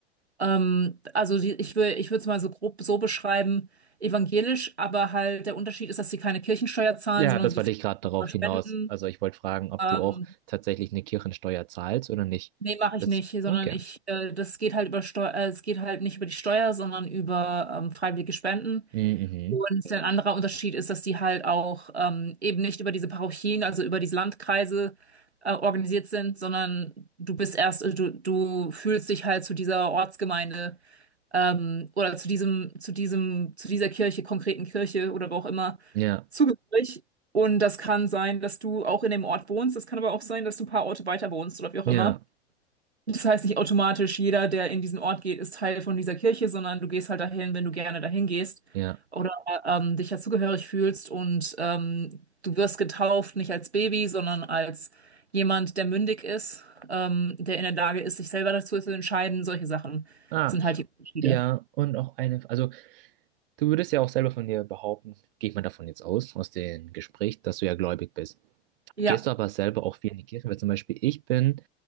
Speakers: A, on the right (about 75°); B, on the right (about 55°).
A: ähm, also die, ich will, ich würde es mal so grob so beschreiben, evangelisch, aber halt der Unterschied ist, dass sie keine Kirchensteuer zahlen,
B: Ja,
A: sondern
B: das
A: die
B: wollte
A: finanzieren
B: ich gerade darauf
A: über spenden.
B: hinaus. Also ich wollte fragen, ob
A: Ähm,
B: du auch tatsächlich eine Kirchensteuer zahlst oder nicht.
A: Nee, mache
B: Das,
A: ich nicht, sondern
B: okay.
A: ich, äh, das geht halt über Steuer, äh, es geht halt nicht über die Steuer, sondern über ähm, freiwillige Spenden.
B: Mhm.
A: Und ein anderer Unterschied ist, dass die halt auch ähm, eben nicht über diese Parochien, also über diese Landkreise äh, organisiert sind, sondern du bist erst, äh, du, du fühlst dich halt zu dieser Ortsgemeinde ähm, oder zu diesem, zu diesem, zu dieser Kirche, konkreten Kirche oder wo auch immer
B: Ja.
A: zugehörig. Und das kann sein, dass du auch in dem Ort wohnst, das kann aber auch sein, dass du ein paar Orte weiter wohnst oder wie auch
B: Ja.
A: immer. Das heißt nicht automatisch, jeder, der in diesen Ort geht, ist Teil von dieser Kirche, sondern du gehst halt dahin, wenn du gerne dahin gehst
B: Ja.
A: oder ähm, dich dazugehörig fühlst und ähm, du wirst getauft, nicht als Baby, sondern als jemand, der mündig ist, ähm, der in der Lage ist, sich selber dazu zu entscheiden. Solche Sachen
B: Ah.
A: sind halt die Unterschiede.
B: Ja, und auch eine, also du würdest ja auch selber von dir behaupten, gehe ich mal davon jetzt aus, aus dem Gespräch, dass du ja gläubig bist.
A: Ja,
B: Gehst du aber selber auch viel in die Kirche? Weil zum Beispiel ich bin